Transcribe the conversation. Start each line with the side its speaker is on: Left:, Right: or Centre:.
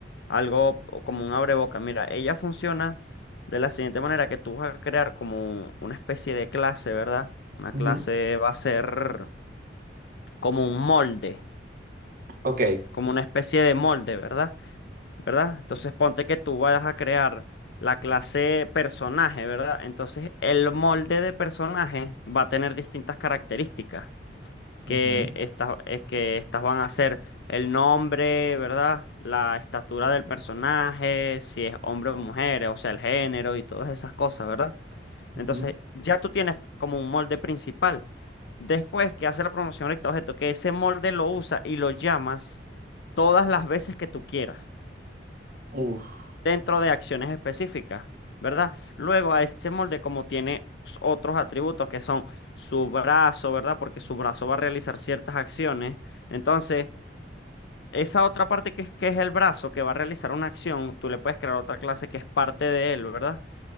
Left: algo o como un abreboca. Mira, ella funciona de la siguiente manera, que tú vas a crear como una especie de clase, ¿verdad? Una
Right: Ujú,
Left: clase va a ser como un molde,
Right: Ok.
Left: como una especie de molde, ¿verdad? ¿verdad? Entonces ponte que tú vayas a crear la clase personaje, ¿verdad? Entonces el molde de personaje va a tener distintas características, que
Right: Ujú,
Left: estas, eh, que estas van a ser el nombre, ¿verdad? La estatura del personaje, si es hombre o mujer, o sea, el género y todas esas cosas, ¿verdad?
Right: ujú.
Left: Entonces ya tú tienes como un molde principal. Después que hace la promoción recta objeto, que ese molde lo usa y lo llamas todas las veces que tú quieras
Right: Uf.
Left: dentro de acciones específicas, ¿verdad? Luego a ese molde como tiene s- otros atributos que son su brazo, ¿verdad? Porque su brazo va a realizar ciertas acciones. Entonces, esa otra parte que, es- que es el brazo que va a realizar una acción, tú le puedes crear otra clase que es parte de él, ¿verdad?